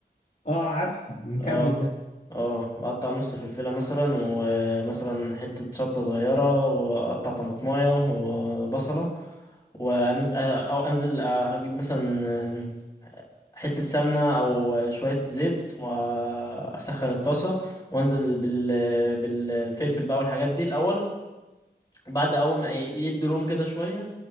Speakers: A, on the left; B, on the left.
A: اه عارف المكبب
B: اه
A: ده
B: اه بقطع نص فلفله مثلا ومثلا حته شطه صغيره واقطع طماطمايه وبصله وانزل او انزل اجيب مثلا حتة سمنة أو شوية زيت وأسخن الطاسة وأنزل بال... بالفلفل بقى والحاجات دي الأول بعد أول ما ي- يدوا لون كده شوية